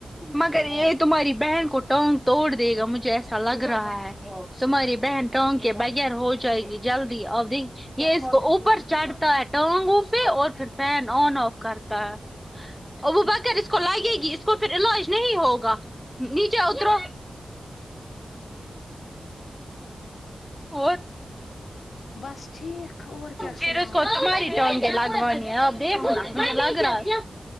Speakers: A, in the centre; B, on the left (about 75°).
A: مگر
B: اچھا
A: یہ تمہاری بہن کو ٹانگ توڑ دے گا مجھے ایسا لگ رہا ہے تمہاری بہن ٹانگ کے بغیر ہو جائے گی جلدی ابھی یہ اس کو اوپر چڑھتا ہے ٹانگوں پہ اور پھر فین آن آف کرتا ہے ابوبکر اس لگیگی اسکو پھر علاج نہیں ہوگا نیچے اترو اور
B: بس ٹھیک اور کیا سناؤ
A: پھر سوچ ماری تو کے لگ آپ دیکھ لگ رہا ہے